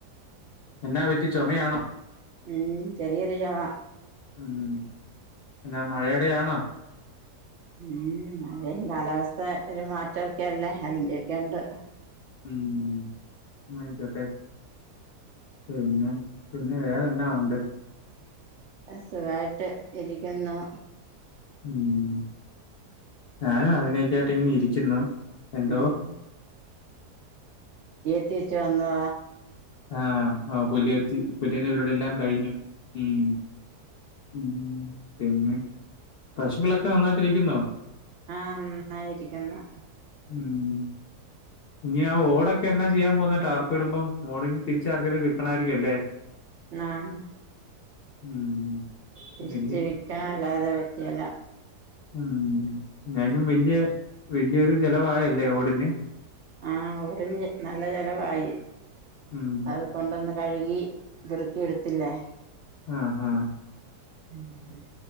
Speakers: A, on the left; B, on the right.
A: എന്നാ പറ്റി ചൊമയാണോ?
B: ഉം ചെറിയൊരു ചൊമ.
A: ഉം പിന്നെ മഴടെയാണോ?
B: ഉം മഴയും കാലാവസ്ഥ ഒരു മാറ്റൊക്കെയല്ലേ അതിന്റെയൊക്കെ ഉണ്ട്.
A: ഉം ആയിക്കോട്ടെ. പിന്നെ പിന്നെ വേറെന്നാ ഒണ്ട്.
B: സുഖായിട്ട് ഇരിക്കുന്നു.
A: ഉം ഞാനും അങ്ങനെയൊക്കെ ആയിട്ട് ഇങ്ങനെ ഇരിക്കുന്നു എന്തോ
B: ഉം ത്തിച്ച് വന്നതാ
A: ആഹ് ആ പുലിഎത്തി പുല്ലി വന്നാവരുടെ എല്ലാം കഴിഞ്ഞു ഉം ഉം പിന്നെ പശുക്കളൊക്കെ നന്നായിട്ട് ഇരിക്കുന്നോ
B: ആഹ് നന്നായിരിക്കുന്നു
A: ഉം ഇനി ആ ഓടൊക്കെ എന്നാ ചെയ്യാൻ പോവുന്നെ ടാർപ്പ ഇടുമ്പം ഓടിന്ന് തിരിച്ചറക്കിയത് കിട്ടണായിരിക്കും അല്ലേ
B: ആഹ്
A: ഉം
B: തിരിച്ച്
A: വല്യ
B: വെക്കാൻ അല്ലാതെ പറ്റ്കേല്ല
A: ഉം ഞയിനും വല്യ വല്യൊരു ചെലവായല്ലേ ഓടിന്
B: ആഹ് ഓടിന് നല്ല ചലവായി
A: ഉം
B: അത് കൊണ്ടൊന്ന് കഴുകി വെറുക്കിെയെടുത്തില്ലേ
A: ആഹ് ആഹ്
B: ഉം ഉ